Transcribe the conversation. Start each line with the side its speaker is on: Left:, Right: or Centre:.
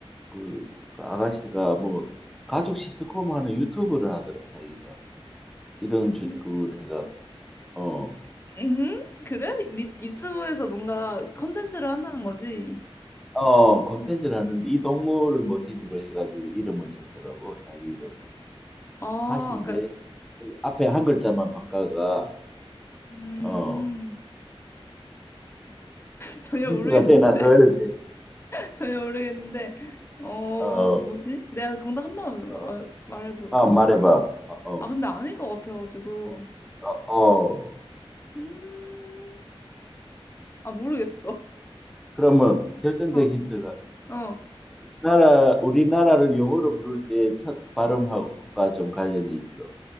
Centre: 그, 그 아가씨가 뭐, 가족 시트콤 하는 유튜브를 하더라, 자기가. 이런 주,
Left: 그,
Centre: 그걸 해가. 어.
Left: 음? 그래? 리, 유튜브에서 뭔가 컨텐츠를 한다는 거지?
Centre: 어, 콘텐츠를 하는데 이 동물을 모티브로 해가지고 이름을 졌더라고, 자기 이름을.
Left: 아,
Centre: 하신데
Left: 그니까,
Centre: 그 앞에 한 글자만 바꿔가,
Left: 음,
Centre: 어,
Left: <laughs> 전혀
Centre: 힌트가
Left: 모르겠는데.
Centre: 되나 더 해야지.
Left: 전혀 모르겠는데, 어,
Centre: 어,
Left: 뭐지? 내가 정답 한 번만
Centre: 어,
Left: 마- 말해볼까?
Centre: 아, 말해봐. 어, 어,
Left: 아, 근데 아닐 것 같아가지고.
Centre: 어, 어.
Left: 음, 아, 모르겠어.
Centre: 그러면 결정적
Left: 어,
Centre: 힌트가
Left: 어.
Centre: 나라, 우리나라를 영어로 부를 때 첫 발음하고가 좀 관련이 있어.